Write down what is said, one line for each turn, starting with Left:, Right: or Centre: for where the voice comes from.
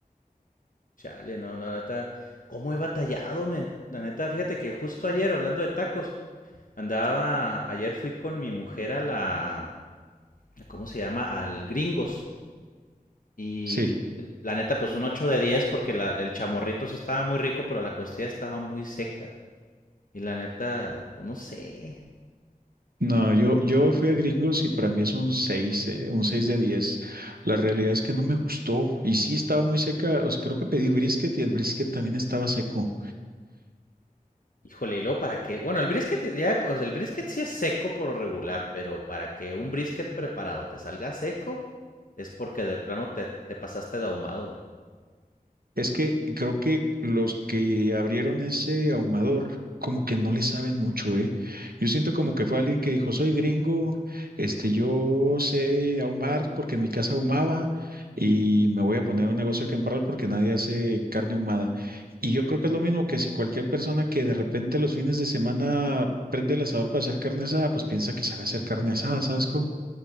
Left: Chale, no, no, la neta, ¿cómo he batallado, men? La neta, fíjate que justo ayer, hablando de tacos, andaba, ayer fui con mi mujer a la, ¿cómo se llama? Al Gringos. Y
Right: Sí.
Left: eh, la neta, pues un 8 de 10 porque la- el chamorrito sí estaba muy rico, pero la costilla estaba muy seca. Y la neta, pues no sé.
Right: No, yo, yo fui a Gringos y para mí es un seis eh, un 6 de diez La realidad es que no me gustó y sí estaba muy seca, o sea, creo que pedí brisket y el brisket también estaba seco.
Left: Híjole, y luego para que, bueno, el brisket ya, pues el brisket sí es seco por lo regular, pero para que un brisket preparado te salga seco es porque de plano te, te pasaste de ahumado, güey.
Right: Es que creo que los que abrieron ese ahumador, como que no le saben mucho, ¿eh? Yo siento como que fue alguien que dijo, soy gringo, este, yo sé ahumar porque en mi casa ahumaba y me voy a poner un negocio aquí en Parral porque nadie hace carne ahumada. Y yo creo que es lo mismo que si cualquier persona que de repente los fines de semana prende el asador para hacer carne asada, pues piensa que sabe hacer carne asada, ¿sabes cómo?